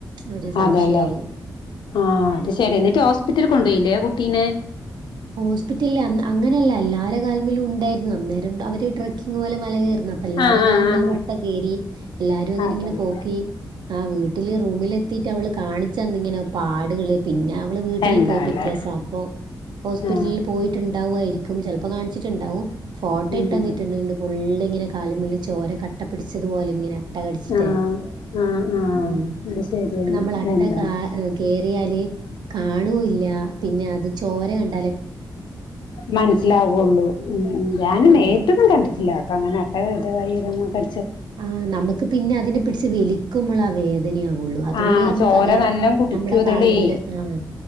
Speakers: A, on the right (about 70°); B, on the left (about 85°).
A: ഒര് സംശയാവും.
B: അതെല്ലേ ആഹ് അത് ശരിന്നെ ഹോസ്പിറ്റൽ കൊണ്ടോയിലേ ആ കുട്ടീനെ
A: ഹോസ്പിറ്റല് അ ന്ന് അങ്ങനെയല്ല എല്ലാരെ കാല്മലും ഇണ്ടായിരുന്നു അന്നേരം അവര് ട്രക്കിങ് പോലെ മല കേറ്ന്ന. അപ്പ എല്ലാര
B: ആഹ് ആഹ്
A: കാല്മ്മലും
B: ആഹ്
A: അട്ട കേരി എല്ലാരും അതിനെ
B: ആഹ് അതെല്ലേ
A: ഇങ്ങനെ പോക്കി. ആഹ് വീട്ടില് റൂമിലെത്തിട്ട് അവള് കാണിച്ചന്നിങ്ങനെ പാടുകള് പിന്നെ അവള് വീട്ടിൽ
B: എന്താല്ലേ
A: പോയി പി റ്റ്യേസാ അപ്പോ. ഹോസ്പിറ്റലിൽ
B: ആഹ്
A: പോയിട്ടുണ്ടാവായിരിക്കും ചെലപ്പോ കാണിച്ചിട്ടുണ്ടാവും ഫോട്ടോ
B: ഉം
A: ഇട്ട് തന്നിട്ടുണ്ട് വീണ്ടും. ഫുള്ളിങ്ങനെ കാല്മ്മല് ചോരെ കട്ടപ്പിടിച്ചതുപോലെ ഇങ്ങനെ. അട്ട കടിച്ചിട്ടേ
B: ആഹ് ആഹ് ആഹ്
A: ഉം
B: അത് ശരിയാണ്
A: നമ്മൾ അട്ട
B: എന്താല്ലേ
A: കാല് കേറിയാല് കാണുല്ല പിന്നെ അത് ചോര കണ്ട്
B: മനസ്സിലാവൊള്ളൂ ഉം ഞാന്
A: ആഹ്
B: നേരിട്ടൊന്നും കണ്ടിട്ടില്ലാ
A: അത്
B: ട്ടോ അങ്ങനെ അട്ട ഇതായതൊന്നും ക
A: ആഹ് നമുക്ക് പിന്നെ അതിനെ പിടിച്ച് വലി ക്കുമ്മളാ വേദനയാവുള്ളു അതുവരെ
B: ആഹ്
A: നമുക്കത്
B: ചോര നല്ലോം കുടിക്കും
A: നമ്മുടെ
B: അതളേ
A: കാല്മ്മ്ല് ആഹ്